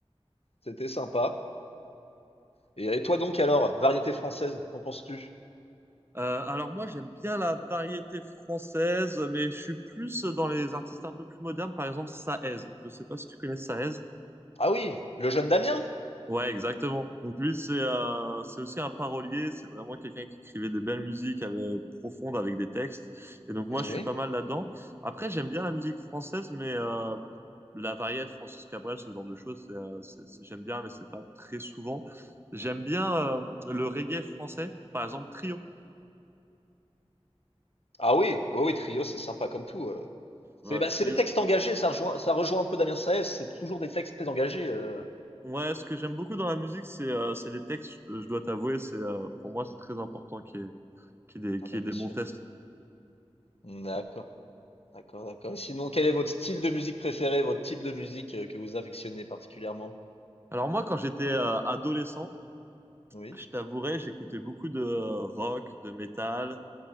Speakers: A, on the left; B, on the right.
A: c'était sympa. Et, et toi donc alors, variété française, qu'en penses-tu?
B: Euh, alors moi j'aime bien la variété française, mais je suis plus dans les artistes un peu plus modernes, par exemple Saez. Je sais pas si tu connais Saez.
A: Ah oui, le jeune Damien?
B: Ouais, exactement. Donc lui c'est euh, c'est aussi un parolier, c'est vraiment quelqu'un qui écrivait des belles musiques avec- profondes avec des textes. Et donc moi
A: Mmh,
B: je
A: Oui.
B: suis pas mal là-dedans. Après j'aime bien la musique française, mais euh, la variété Francis Cabrel, ce genre de choses, c'est, euh, c'est- c'est- j'aime bien, mais c'est pas très souvent. J'aime bien euh, le reggae français, par exemple Trio.
A: Ah oui, oui, oui, Trio, c'est sympa comme tout. euh.
B: Voilà,
A: C'est bah,
B: trio.
A: c'est des textes engagés, ça rejoint, ça rejoint un peu Damien Saez, c'est toujours des textes très engagés. euh.
B: Ouais, ce que j'aime beaucoup dans la musique, c'est euh, c'est les textes, je je dois t'avouer, c'est euh, pour moi c'est très important qu'il y ait, qu'il y ait des,
A: Ah
B: qu'il
A: bah
B: y ait
A: bien
B: des
A: sûr.
B: bons textes.
A: D'accord, d'accord, d'accord. Et sinon, quel est votre style de musique préféré, votre type de musique euh, que vous affectionnez particulièrement?
B: Alors moi, quand j'étais euh, adolescent,
A: Oui.
B: je t'avouerais, j'écoutais beaucoup de euh, rock, de métal